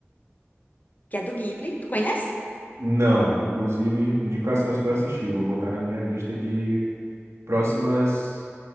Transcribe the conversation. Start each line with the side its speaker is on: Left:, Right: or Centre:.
Left: que é do Ghibli, tu conhece?
Right: Não, inclusive indicações para assistir. Vou botar na minha lista de próximas